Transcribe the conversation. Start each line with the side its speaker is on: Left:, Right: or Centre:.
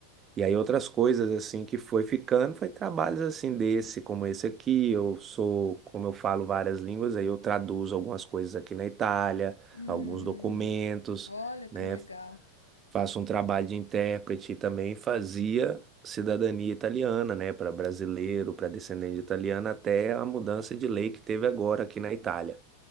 Right: E aí outras coisas assim que foi ficando, foi trabalhos assim desse, como esse aqui. Eu sou, como eu falo várias línguas, aí eu traduzo algumas coisas aqui na Itália,
Left: Hum,
Right: alguns documentos,
Left: olha
Right: né?
Left: que legal.
Right: Faço um trabalho de intérprete e também fazia cidadania italiana, né, para brasileiro, para descendente de italiano até a mudança de lei que teve agora aqui na Itália.